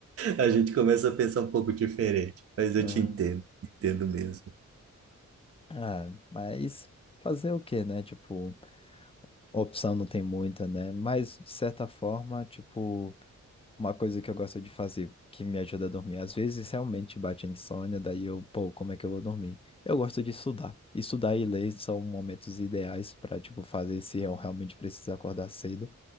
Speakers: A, on the right; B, on the left.
A: <laughs> a gente começa a pensar um pouco diferente. Mas eu
B: Ah,
A: te entendo, te entendo mesmo.
B: Ah, mas fazer o quê, né? Tipo, opção não tem muita, né? Mas, de certa forma, tipo, uma coisa que eu gosto de fazer que me ajuda a dormir. Às vezes, realmente bate a insônia, daí eu, pô, como é que eu vou dormir? Eu gosto de estudar. Estudar e ler são momentos ideais pra, tipo, fazer se eu realmente preciso acordar cedo